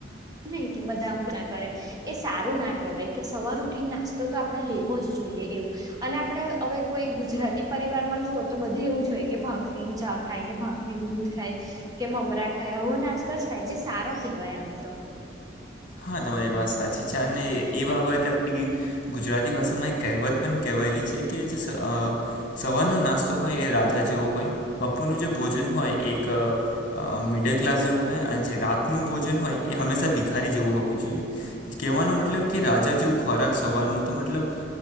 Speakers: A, on the right; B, on the left.
A: નહી કે બધામું કરે એ સારું ના કહેવાય કે સવાર ઉઠીને નાસ્તો તો આપણેે લેવો જ જોઈએ એવું અને આપડે હવે કોઈ ગુજરાતી પરિવારમાં જુઓ તો બધે એવું જ હોય કે ભાખરી ને ચા ખાય કે ભાખરી દૂધ ખાય કે મમરા ખાય આવવો નાસ્તો જ ખાય જે સારો કેહેવાય આમ તો
B: હા તમારી વાત સાચી અને એ બાબતે આપડી ગુજરાતી ભાષામાં એક કહેવત પણ કહેવાયેલી છે કે જે સવારનો નાસ્તો હોય એ રાજા જેવો હોય બપોરનું જે ભોજન હોય એક અ મિડલ ક્લાસ જેવું હોય અને જે રાતનું ભોજન હોય એ હંમેશા ભીખારી જેવું હોવું જોઈએ કેહેવાનો મતલબ કે રાજા જેવો ખોરાક સવારનો તો મતલબ